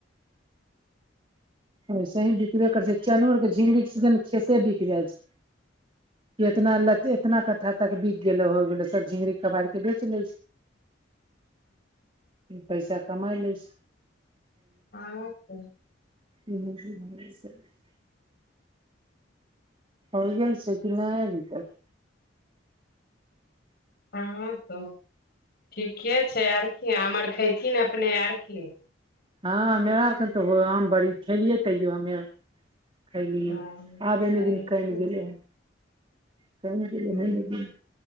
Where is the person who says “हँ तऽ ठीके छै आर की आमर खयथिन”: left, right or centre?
Left